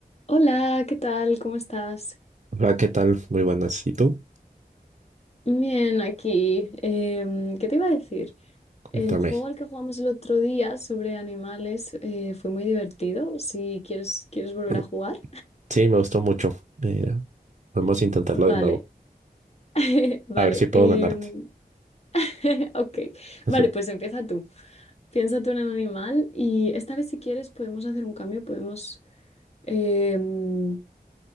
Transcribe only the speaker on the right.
Hola, ¿qué tal? Muy buenas. ¿Y tú?
Cuéntame.
Mm,
Sí, me gustó mucho. Eh, vamos a
intentarlo
de nuevo.
A ver si puedo
ganarte.
<laughs>